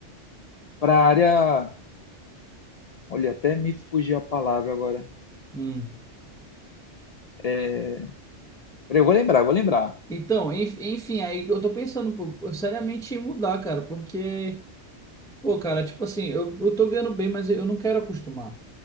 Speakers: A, on the left; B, in the centre.
A: para a área. Olha, até me fugiu a palavra agora.
B: hum.
A: É, peraí, eu vou lembrar, eu vou lembrar.
B: Então, enf- enfim, aí eu tô pensando, pô, eu seriamente em mudar, cara, porque... Pô, cara, tipo assim, eu, eu tô ganhando bem, mas eu não quero acostumar,